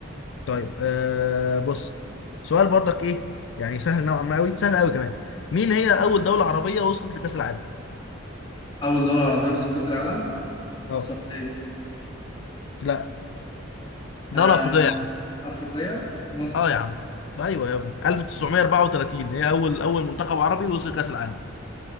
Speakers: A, on the left; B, on the left.
A: طيب آه بص سؤال برضك ايه يعني سهل نوعا ما قوي سهل قوي كمان مين هي اول دوله عربيه وصلت لكاس العالم
B: أول دوري عربية وسط كأس العالم
A: اه
B: السعودية
A: لا
B: آه،
A: دوله افريقيه
B: أفريقية مصر
A: اه يا عم ايوه يا ابني 1934 هي اول اول منتخب عربي وصل كاس العالم